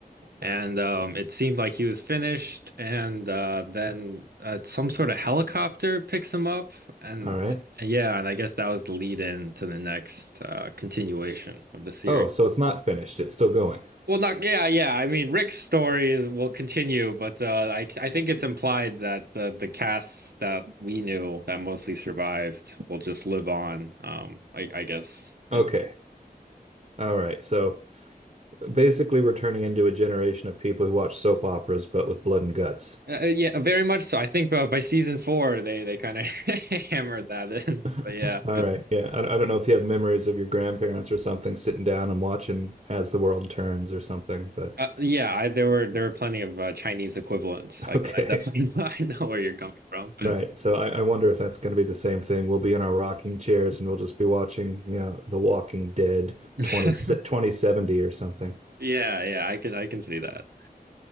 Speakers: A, on the right; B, on the right.
A: And um it seemed like he was finished and uh then uh, some sort of helicopter picks him up and
B: All right.
A: yeah, and I guess that was the lead in to the next uh continuation of the series.
B: Oh, so it's not finished. It's still going.
A: Well, not yeah, yeah. I mean, Rick's story is will continue, but uh, I I think it's implied that the the casts that we knew that mostly survived will just live on. Um, I I guess, and
B: Okay. All right. So basically, we're turning into a generation of people who watch soap operas, but with blood and guts.
A: uh, uh, yeah, very much so. I think uh, by season four, they they kind of <laughs> hammered that in.
B: <laughs>
A: But yeah,
B: All right. Yeah. I, I don't know if you have memories of your grandparents or something sitting down and watching As the World Turns or something, but
A: uh, yeah. I, there were there were plenty of uh, Chinese equivalents.
B: <laughs>
A: I,
B: okay.
A: can- I definitely <laughs> I know where you're coming from.
B: Right. So I, I wonder if that's going to be the same thing. We'll be in our rocking chairs and we'll just be watching, you know, The Walking Dead
A: <laughs>
B: 20, se- 2070 or something. <laughs>
A: Yeah, yeah. I can I can see that.